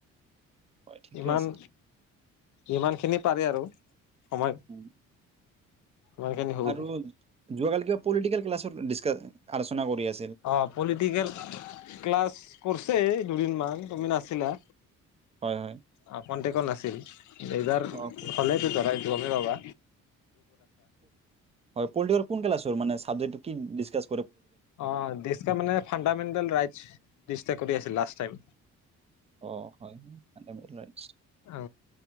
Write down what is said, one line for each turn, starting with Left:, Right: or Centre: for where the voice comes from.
Right: হয় ঠিকে
Left: ইমান
Right: আছে
Left: ইমানখিনি পাৰে আৰু সময়
Right: উম,
Left: ইমান খিনি হ'ব
Right: আৰু যোৱা কালি কিবা পল্ডিকেল ক্লাছৰ দি আলোচনা কৰি আছে
Left: অ পলিটিকেল ক্লাছ কৰিছে দুদিন মান তুমি নাচি দিনা
Right: হয় হয়
Left: অ কণ্টেক কো নাছিল এইবাৰ
Right: অ প-
Left: হ'লেতো ধৰাই গমি বাবা
Right: হয় পল্ডিকেল কোন ক্লাছৰ মানে চাবজেকটো কি দিস্কাছ
Left: অ দিস্কাছ ক মানে ফাণ্ডামেণ্টেল ৰাইট কৰি আছিল লাষ্ট টাইম
Right: অ হয় ফাণ্ডামেণ্টেল ৰাইটছ
Left: উ